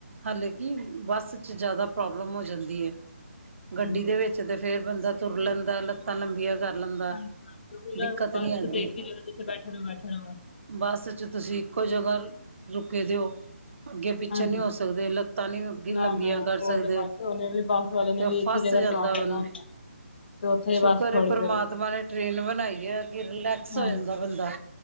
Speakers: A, on the right; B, on the left.
A: ਹਾਲੇਕਿ ਬੱਸ ਚ ਜ਼ਿਆਦਾ ਪ੍ਰੋਬਲਮ ਹੋ ਜਾਂਦੀ ਏ ਗੱਡੀ
B: ਹਾਂਜੀ।
A: ਦੇ ਵਿੱਚ ਤੇ ਫੇਰ ਬੰਦਾ ਤੁਰ ਲੈਂਦਾ ਲੱਤਾਂ ਲੰਬੀਆਂ ਕਰ ਲੈਂਦਾ।
B: <unintelligible> ਹਾਂਜੀ-ਹਾਂਜੀ ਉਹੀ
A: ਦਿੱਕਤ ਨਹੀਂ
B: ਬਸ 'ਚ
A: ਆਂਦੀ
B: ਤਾਂ ਇੱਕ ਜਗਾਂ ਜਿੱਥੇ ਬੈਠੇ ਓ ਬੈਠੇ ਰੋ ਬਸ
A: ਬੱਸ 'ਚ ਤੁਸੀਂ ਇੱਕੋ ਜਗ੍ਹਾ ਰੁਕੇ ਦਿਓ ਅੱਗੇ ਪਿੱਛੇ
B: ਹਾਂਜੀ।
A: ਨਹੀਂ ਹੋ ਸਕਦੇ ਲੱਤਾਂ ਨੀ
B: ਨਾ
A: ਲੰਬੀਆਂ
B: ਨਾ
A: ਕਰ
B: ਉਹ
A: ਸਕਦੇ
B: ਤੇ ਬਸ ਉਹਨੇ ਵੀ ਬੱਸ ਵਾਲੇ
A: ਤੇ
B: ਨੇ ਵੀ ਇੱਕ
A: ਫਸ
B: ਹੀ ਜਗ੍ਹਾ
A: ਜਾਂਦਾ
B: ਸਟਾਪ ਕਰਨਾ
A: ਬੰ
B: ਹੁੰਦਾ। ਤੇ ਉੱਥੇ
A: ਸ਼ੁਕਰ
B: ਬਸ ਥੋੜੀ
A: ਐ ਪਰਮਾਤਮਾ
B: ਦੇਰ
A: ਨੇ ਟ੍ਰੇਨ ਬਣਾਈ ਐ ਕਿ ਰਿਲੈਕਸ
B: ਹਾਂਜੀ
A: ਹੋ ਜਾਂਦਾ ਬੰਦਾ